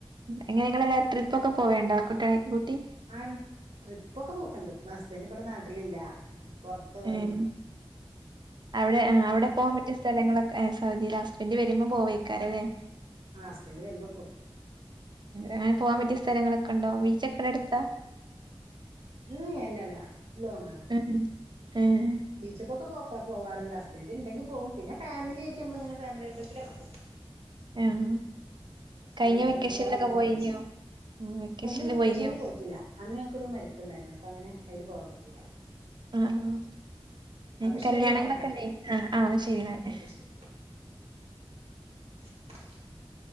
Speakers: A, on the right; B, on the right.
A: എങ്ങനെങ്ങൾല്ലാവും ട്രിപ്പ ഒക്കെ പോവണ്ടോ കുട്ടികളെ കുട്ടി
B: ആ ട്രിപ്പൊക്കെ പോക്കണ്ട് ഹസ്ബൻറ് ഇവിടെ നാട്ടിലില്ല പുറത്ത് -
A: ഉം അവിടെ അവിടെ പോകാൻ പറ്റിയ സ്ഥലങ്ങളൊക്കെ- സൗദിയില ഹസ്ബൻഡറ് വരുമ്പോ പോവേക്കാാരല്ലേ
B: ആ ഹസ്ബൻഡ് വരുമ്പോ പോവും
A: അങ്ങനെ പോവാൻ പറ്റിയ സ്ഥലങ്ങളൊക്കെ ക്കണ്ടോ ബീച്ച എക്കടെ എടുത്താ
B: ഉം അല്ലല്ല ലോങ്ങ ആാണ്
A: ഉം ഉം
B: ബീച്ചക്കൊക്കെ പോക്ക പോവാറുണ്ട് ഹസ്ബൻഡറ് ഉണ്ടെങ്കിൽ പോകും പിന്നെ ഫാമിലിായിട്ട് നമ്മള ഇങ്ങനെ ഫാിലി ട്രിപ്പിലൊക്കെ പോവും
A: ആഹ്
B: ഫാമിലി
A: കഴിഞ്ഞ വെക്കേഷനിലൊക്കെ
B: ട്രിപ്പുകൾ അങ്ങനെ പോയിക്കണ്ട്
A: പോയിനോ ഉം വെക്കേഷനില്
B: കെ വെക്കേഷനിൽ
A: പോയിനോ
B: പോയിട്ടില്ല അന്ന് ഞങ്ങക്കൊരു മരിപ്പുണ്ടായിരുന്നു അപ്പൊ അങ്ങനെ അതിന് പോകാൻ പറ്റിയില്ല
A: ആഹ
B: അപ്പൊ
A: കല്യാണങ്ങളൊക്കെയില്ലേ
B: ശരി എന്നാ ഓക്കെ
A: ആളാ ചെയ്യുന്നേ
B: ഓക്കെ ശരി <inaudible>